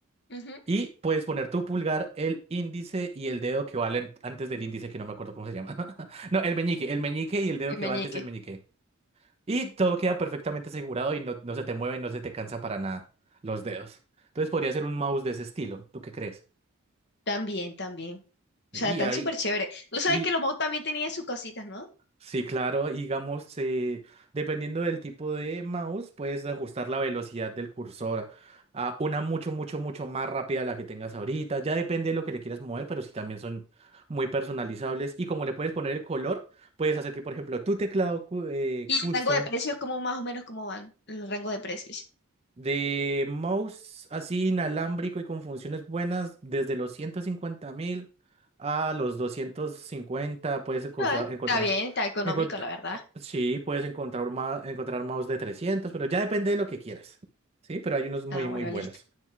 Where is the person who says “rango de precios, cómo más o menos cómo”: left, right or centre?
Left